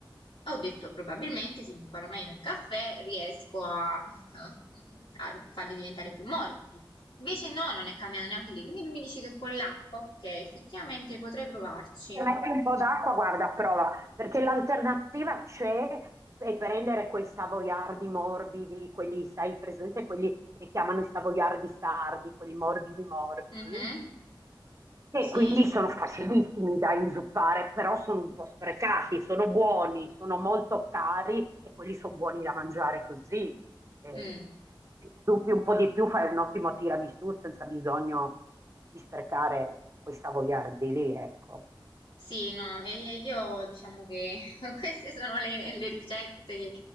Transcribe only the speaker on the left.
Ho detto, probabilmente se imparo meno il caffè riesco a, a farli diventare più morbidi. Invece no, non è cambiato neanche lì, quindi tu mi dici che con l'acqua, ok, effettivamente potrei provarci.
Mhm,
sì.
Mm.
Sì, no, e io diciamo che <laughs> queste sono le, le ricette che